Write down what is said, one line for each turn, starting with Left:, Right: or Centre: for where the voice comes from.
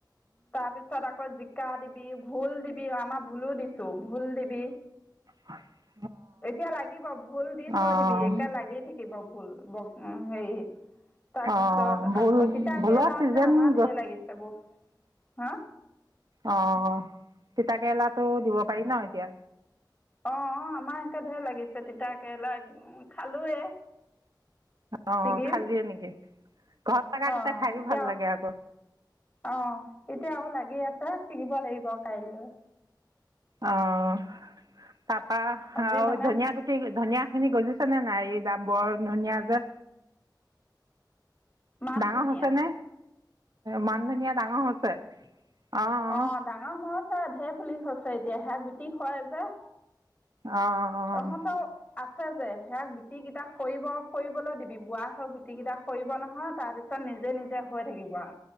Left: তাৰ পিছত আকৌ জিকা দিবি, ভুল দিবি আমাৰ ভুলো দিছো ভুল দিবি।
Right: হয়।
Left: এতিয়া লাগিব ভুল দি থৈ
Right: অঁ
Left: দিবি এতিয়া লাগি থাকিব ভুল উম হেৰি তাৰপিছত
Right: অঁ ভোল
Left: আকৌ তিতা
Right: ভোলৰ
Left: কেৰেলা
Right: ছিজন
Left: যে আমাৰ ঢেৰ
Right: গছ
Left: লাগিছে বু হা
Right: অহ তিতাকেৰেলা টো দিব পাৰি ন এতিয়া
Left: অ আমাৰ এতিয়া ঢেৰ লাগিছে তিতা কেৰেলা উম খালোৱে
Right: অঁ
Left: ছাগে
Right: খালিয়ে নেকি ঘৰত থকাকেইটা
Left: অ
Right: খায়ো
Left: এতিয়া
Right: ভাল লাগে আকৌ
Left: অ এতিয়াও লাগি আছে। ছিঙিব লাগিব কাইলৈ-
Right: অহ তাপা
Left: আজি
Right: আৰু
Left: মানে
Right: ধনিয়া গুটি, ধনীয়া খিনি গজিছে নে নাই এইকেইটা বৰ ধনিয়া যে
Left: মান
Right: ডাঙৰ
Left: ধনিয়া
Right: হৈছে নে, মান ধনিয়া ডাঙৰ হৈছে অঁ
Left: অ ডাঙৰ হৈছে। সেই ঢেৰ পুলি হৈছে এতিয়া, হে গুটি সৰে যে
Right: অহ -অহ
Left: তহঁতৰ আছে যে সেই গুটি কেইটা সৰিব সৰিবলৈ দিবি বুঢ়া হৈ গুটি কেইটা সৰিব নহয় তাৰ পিছত নিজে নিজে হৈ থাকিব